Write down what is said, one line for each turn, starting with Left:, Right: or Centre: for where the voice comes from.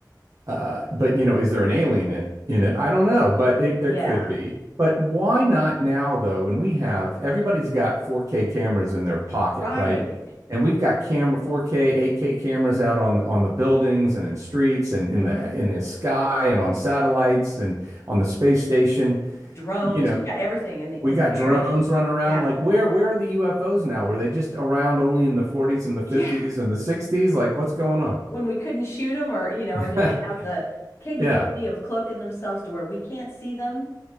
Right: uh, but you know, is there an alien in, in it? I don't know, but it, there
Left: yeah,
Right: could be. But why not now, though, when we have everybody's got 4K cameras in their pocket,
Left: right.
Right: right? And we've got camera 4K, 8K cameras out on on the buildings and in streets and in
Left: hmm
Right: the in the sky and on satellites and on the space station.
Left: Drones,
Right: You know,
Left: we got everything in the
Right: we
Left: in
Right: got
Left: the
Right: drones
Left: air now.
Right: running around.
Left: Yeah.
Right: Like, where where are the UFOs now? Were they just around only in the 40s and the 50s
Left: Yeah.
Right: and the 60s? Like, what's going on?
Left: When we couldn't shoot them or, you know,
Right: Yeah.
Left: or do
Right: <laughs>
Left: they have the capability
Right: Yeah.
Left: of cloaking themselves to where we can't see them?